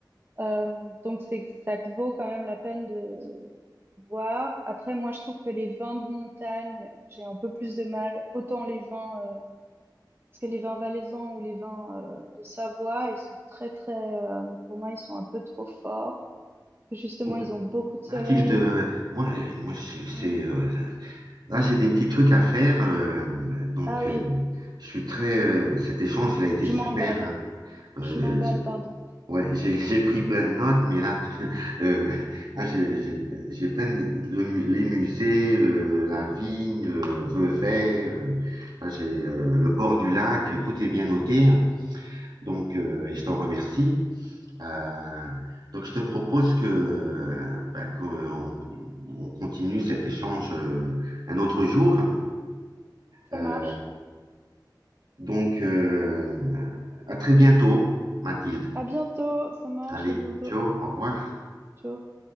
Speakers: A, on the right (about 30°); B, on the right (about 65°).
A: Euh, donc, c'est, ça vaut quand même la peine de voir. Après, moi, je trouve que les vins de montagne, j'ai un peu plus de mal. Autant les vins. euh, parce que les vins valaisans ou les vins euh, de Savoie, ils sont très, très, euh, pour moi, ils sont un peu trop forts. Que justement,
B: Bon,
A: ils ont beaucoup de soleil.
B: Mathilde, euh,
A: et puis-
B: moi, euh, moi je-
A: ouais.
B: c'est, euh, là, j'ai des petits trucs à faire, euh, donc
A: Ah oui,
B: euh, je suis très. euh, cet échange, il a été
A: je
B: super.
A: m'emballe.
B: hein. Euh,
A: Je m'emballe, pardon.
B: Ouais, j'ai j'ai pris plein de notes, mais là, tu- <laughs> euh, là, j'ai j'ai- j'ai plein de le mu- les musées, le, la vigne, le Vevey, euh, là, j'ai euh, le bord du lac, tout est bien noté, donc euh, et je t'en remercie. Euh, donc je te propose que euh, bah, qu'on on continue cet échange euh, un autre jour.
A: Ça
B: Euh,
A: marche.
B: donc euh, à très bientôt, Mathilde.
A: À bientôt. Ça marche.
B: Allez,
A: À bientôt.
B: ciao, au revoir.
A: Ciao.